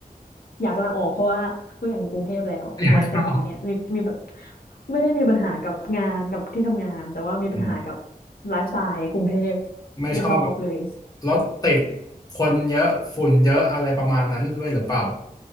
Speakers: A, on the left (about 75°); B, on the left (about 25°).
A: อยากลาออกเพราะว่าไม่อยากอยู่กรุงเทพแล้วอะไรแค่เนี้ยมีมีแบบ
B: <laughs> อยากเข้า
A: ไม่ได้มีปัญหากับงานกับที่ทำงานแต่ว่ามีปัญหากับ
B: อืม
A: ไลฟ์สไตล์กรุงเทพ
B: ไม่ชอบ
A: ไม่ชอบเลย
B: รถติดคนเยอะฝุ่นเยอะอะไรประมาณนั้นด้วยหรือเปล่า